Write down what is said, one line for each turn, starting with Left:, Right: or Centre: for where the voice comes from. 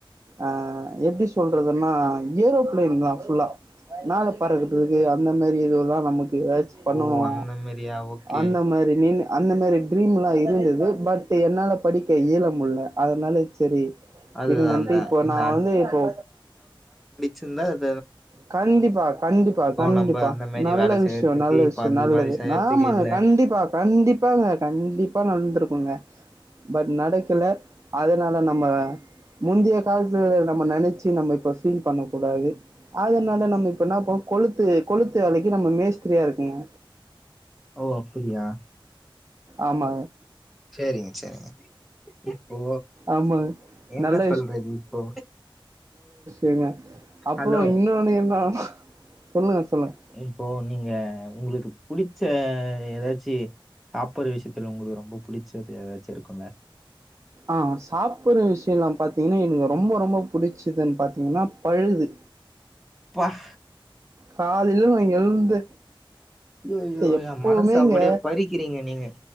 Right: ஆஹ் எப்படி சொல்றதுன்னா ஏரோபிளைன் தான் ஃபுல்லா நாளை பறக்கக்கு அந்த மாதிரி இதுல்லாம் நமக்கு ஏதாச்சும் பண்ணணும்
Centre: ஓ! அந்த மாரியா? ஓகே.
Right: அந்த மாதிரின் அந்த மாதிரி ட்ரீம் எல்லாம் பட் என்னால படிக்க யலமுல அதனால சரி
Centre: அதுதான்
Right: விடுங்கன்ட்டு
Centre: அதான்.
Right: இப்போ
Centre: இந்த
Right: நான் வந்து இப்போ
Centre: சின்ன ந்த
Right: கண்டிப்பா கண்டிப்பா கண்டிப்பா
Centre: நம்ப அந்த மாரி
Right: நல்ல
Centre: வேல செய்யறதுக்கு,
Right: விஷயம் நல்ல
Centre: இப்ப
Right: விஷயம்
Centre: அந்த
Right: நல்லது
Centre: மாரி செய்யறதுக்கு
Right: ஆமாங்க
Centre: இல்ல.
Right: கண்டிப்பா கண்டிப்பாங்க கண்டிப்பா நந்திருக்கும் ங்க பட் நடக்கல
Centre: ஆமா.
Right: அதனால நம்ம முந்தைய காலத்து நம்ம நினைச்சு நம்ம இப்ப ஃபீல் பண்ண கூடாது அதனால நம்ம இப்பனாபோம் கொளுத்து கொளுத்து வேலைக்கு நம்ம மேஸ்திரியா இருக்குங்க
Centre: ஓ அப்படியா
Right: ஆமா
Centre: சரிங்க சரிங்க இப்போ
Right: ஆமாங்க.
Centre: என்ன
Right: நல்ல
Centre: சொல்றது இப்போ
Right: இருங்க அப்புறம்
Centre: ஹலோ
Right: இன்னொன்னு என்ன சொல்லுங்க சொல்லுங்க
Centre: இப்போ நீங்க உங்களுக்கு புிடிச்ச ஏதாச்சு சாப்பாடுற விஷயத்துல உங்களுக்கு ரொம்ப பிடிச்சது ஏதாச்சும் இருக்கும்ல
Right: ஆஹ் சாப்பிடுற விஷயம்ல்லாம் பாத்தீங்கன்னா எனக்கு ரொம்ப ரொம்ப புிடிச்சதுன்னு பாத்தீங்கன்னா பழுது
Centre: ஹக
Right: கால இல்லை ந எழுந்து
Centre: ஐயோ
Right: எப்பவுமே
Centre: என் மனசு அப்படியே
Right: இங்க
Centre: பறிக்கிறீங்க நீங்க